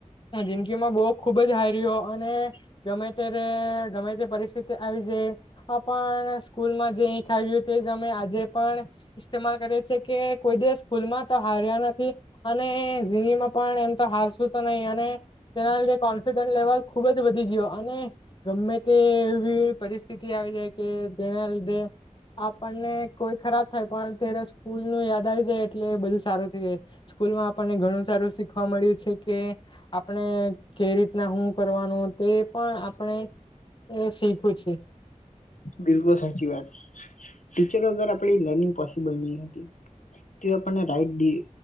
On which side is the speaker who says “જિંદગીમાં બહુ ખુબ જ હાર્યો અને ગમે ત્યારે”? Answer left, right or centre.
Left